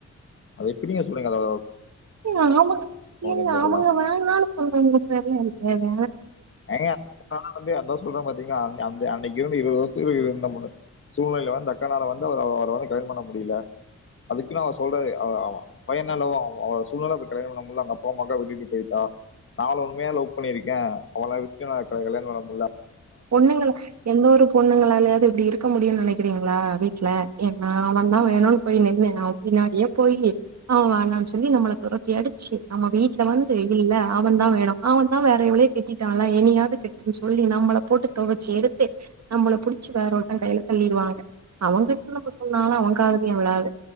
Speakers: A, on the left; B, on the right.
A: அத எப்படி நீங்க சொல்றீங்க அத
B: அவங்க ஏங்க
A: எங்களுக்கெல்லாம்
B: அவங்க வேணானு சொன்னா உங்க பேர்ல என்ன எது
A: ஏங்க வந்து அந்த சொல்ற பாத்தீங்கா அந்த அந்த அன்னைக்கு இருந்து இருபது வருஷத்துக்கு இருந்த சூழ்நிலையில வந்து அக்கனால வந்து அவர அவரை வந்து கல்யண பண்ண முடியல அதுக்குன்னு அவர் சொல்றாரு பயனல்ல அவ சூல்நெல அவரு கல்யாணம் பண்ண முடியல அங்க அப்ப அம்மா அக்கா விட்டுட்டு போயிட்டா நான் அவள உண்மையா லவ் பண்ணியிருக்கே அவள விட்டு நா கல்யாண பண்ண முடில
B: பொண்ணுங்கல எந்த ஒரு பொண்ணுங்களாலேயாவது இப்படி இருக்க முடியும்னு நெனைக் க்கிறீங்களா வீட்ல எ நா அவன் தா வேணுன்னு போய் நின்னே அவன் பின்னாடியே போயி அவன் வேனான்னு சொல்லி நம்மள தொரத்தி அடிச்சு நம்ம வீட்ல வந்து இல்ல அவன்தா வேணு அவன் தான் வேற எவளயோ கெட்டிட்டால இனியாவது கெட்டுன்னு சொல்லி நம்மள போட்டு தொவச்சு எடுத்து நம்மள புடிச்சு வேற ஒருத்த கையில தள்ளிடுவாங்க அவங்கிட்ட நம்ம சொன்னாலு அவங்காதுலயு விழாது